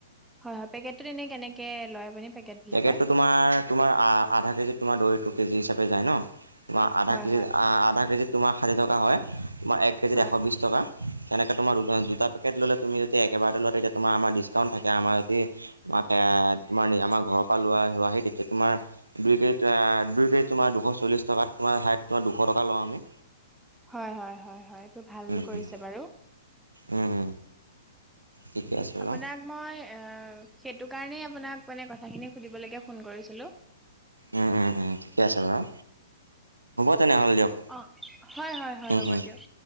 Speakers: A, in the centre; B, on the right.
A: হয় হয়। পেকেটো এনে কেনেকে লয় আপুনি? পেকেট বিলাকত
B: পেকেটটো তোমাৰ তোমাৰ আধা কেজিত তোমাৰ দৈটো কেজি হিচাপে যায় ন? তোমাৰ আধা
A: হয়
B: কেজিত
A: হয়
B: আধা কেজিত তোমাৰ ষাঠি টকা হয়। তোমাৰ এক কেজিত
A: হয়
B: এশ বিশছ টকা। তেনেকৈ তোমাৰ দু দুটা পেকেট ল'লে। তুমি যদি একেবাৰতে লোৱা তেতিয়া তোমাৰ আমাৰ ডিছকাউণ্ট থাকে। আমাৰ যদি মতে তোমাৰ আমাক ঘৰৰ পৰা লোৱা হোৱাহি তেতিয়া তোমাৰ দুই কেজি দুই কেজি তোমাৰ দুশ চল্লিছ টকাত তোমাৰ হাইট তোমাৰ দুশ টকা লওঁ আমি।
A: হয়, হয়, হয়, হয় এইটো ভাল
B: উম,
A: কৰিছে
B: উম,
A: বাৰু।
B: উম, উম, ঠিকে আছে বাৰু।
A: আপোনাক মই অ' সেইটো কাৰণেই আপোনাক- মানে কথাখিনি সুধিবলৈকে ফোন কৰিছিলো।
B: উম, উম, উম ঠিকে আছে বাৰু হব তেনেহ'লে দিয়ক।
A: অ' হয়, হয়, হয়
B: উম,
A: হ'ব
B: উম,
A: দিয়ক।